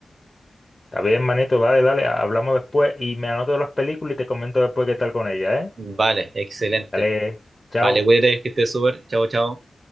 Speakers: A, on the left; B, on the right.
A: Está bien, manito, dale, dale, hablamos después y me anoto las películas y te comento después qué tal con ellas, ¿eh?
B: Vale, excelente.
A: Dale, chao.
B: Vale, cuídate, que estés súper. Chao, chao.